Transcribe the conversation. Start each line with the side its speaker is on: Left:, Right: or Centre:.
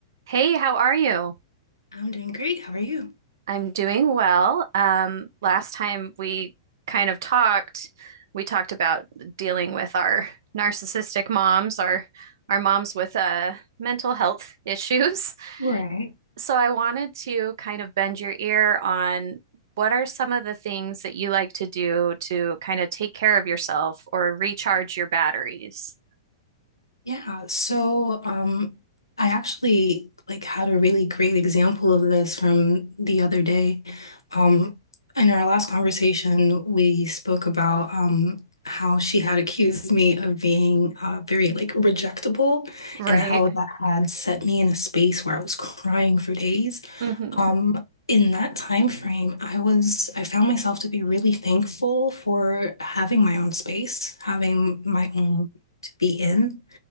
Right: Hey, how are you?
Left: I'm doing great. How are you?
Right: I'm doing well. Um, last time we kind of talked, we talked about dealing with our narcissistic moms, our our moms with uh, mental health issues. <laughs>
Left: Right.
Right: So I wanted to kind of bend your ear on what are some of the things that you like to do to kind of take care of yourself or recharge your batteries?
Left: Yeah, so um I actually like had a really great example of this from the other day. Um in our last conversation, we spoke about um how she had accused me of being uh, very like rejectable
Right: Right.
Left: and how that had set me in a space where I was crying for days.
Right: hmm
Left: Um, in that time frame, I was I found myself to be really thankful for having my own space, having my own to be in,